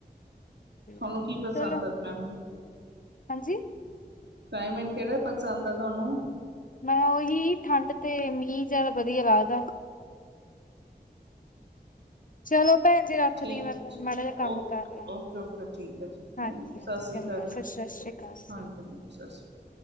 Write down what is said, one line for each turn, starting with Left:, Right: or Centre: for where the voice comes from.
Left: ਚਲੋ
Right: ਥੋਨੂੰ ਕੀ ਪਸੰਦ ਐ ਦੱਸਨੈ ਮੈਨੂੰ।
Left: ਹਾਂਜੀ।
Right: ਕਲਾਈਮੇਂਟ ਕੇੜਾ ਪਸੰਦ ਆ ਤੁਆਨੂੰ?
Left: ਮੈਂ, ਓਹੀ ਠੰਡ ਤੇ ਮੀਂ ਜਾਦਾ ਵਧੀਆ ਲੱਗਦਾ। ਚਲੋ ਭੈਂਜੀ ਰੱਖਦੀ
Right: ਠੀਕ
Left: ਆਂ ਮੈਂ ਫੋਨ
Right: ਹੈ ਜੀ
Left: ਮਾੜਾ ਜੇਆ ਕੰਮ
Right: ਓਕੇ
Left: ਕਰ ਲਾਂ,
Right: ਓਕੇ ਓਕੇ ਠੀਕ ਹੈ ਜੀ
Left: ਹਾਂਜੀ।
Right: ਥੈਂਕ ਸਤਿ
Left: <unintelligible>
Right: ਸ਼੍ਰੀ ਅਕਾਲ ਜੀ
Left: ਸਸ ਸ੍ਰੀ ਅਕਾਲ
Right: ਹਾਂਜੀ
Left: ਜੀ।
Right: ਹਾਂਜੀ ਸਤਿ ਸ਼੍ਰੀ ਅਕਾਲ